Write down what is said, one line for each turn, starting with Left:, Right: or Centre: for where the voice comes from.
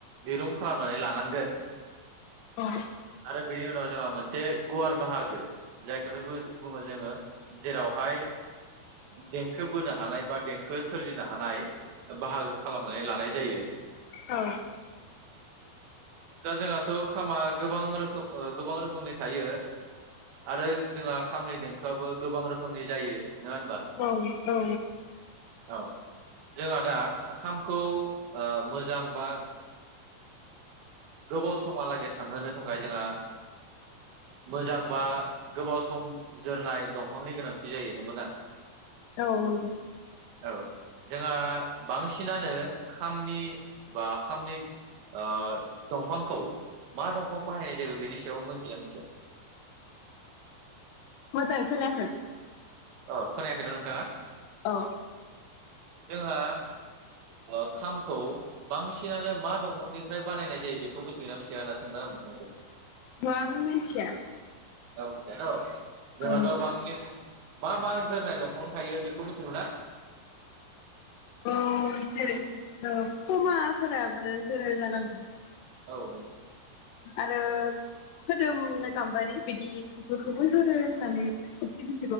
Right: दिरुं खालामनानै लानांगोन
Left: औ
Right: आरो बेनि उनाव जोंहा मोनसे गुवार बाहागो जायखौनो बुङो जोङो जेरावहाय देंखो बोनो हानाय बा देंखो सोरजिनो हानाय बाहागो खालामनानै लानाय जायो
Left: औ
Right: दा जोंहाथ' खामा गोबां रोखोम गोबां रोखोमनि थायो आरो जोंहा खामनि देंखोआबो गोबां रोखोमनि जायो नङा होनबा
Left: औ औ
Right: औ जोंहा दा ओं खामखौ मोजां बा गोबाव समहालागै थांहोनो थाखाय जोंहा मोजां बा गोबाव सम जोरनाय दंफांनि गोनांथि जायो नंगौना
Left: औ औ औ
Right: औ जोंहा बांसिनानो खामनि बा खामनि ओ दंफांखौ मा दंफां बाहायनाय जायायो बेनि सायाव मिथिना मिथिया
Left: मोजाङै खोनायाखै
Right: अ खोनायाखै ना नोंथाङा
Left: औ
Right: जोंहा ओ खामखौ बांसिनानो मा दंफांनिफ्राय बानायनाय जायो बेखौ मिथिगोना मिथिया होनना सोंदों आं नोंथांखौ
Left: ओहो आं मिथिया।
Right: औ मिथिया न'। जोंहाथ'
Left: औ
Right: बांसिन मा मा जोरनाय दंफां थायो बेखौ मिथिगौना
Left: औ जेरै पमाफोराबो जोरो जानांगौ।
Right: औ
Left: ओ खोदोमनो गाम्बारि बिदि बेफोरखौबो जोरो होननानै इसे मि